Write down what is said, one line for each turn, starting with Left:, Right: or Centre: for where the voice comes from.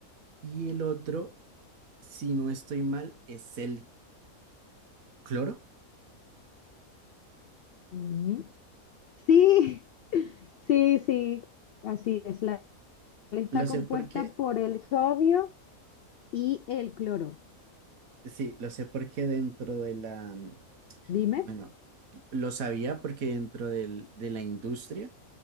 Right: Y el otro, si no estoy mal, es el cloro.
Left: Mm, Sí, <laughs> sí, sí, así es. La sal está
Right: Lo
Left: compuesta
Right: sé porque,
Left: por el sodio y el cloro.
Right: sí, lo sé porque dentro de la, mm,
Left: Dime.
Right: bueno, lo sabía porque dentro del- de la industria,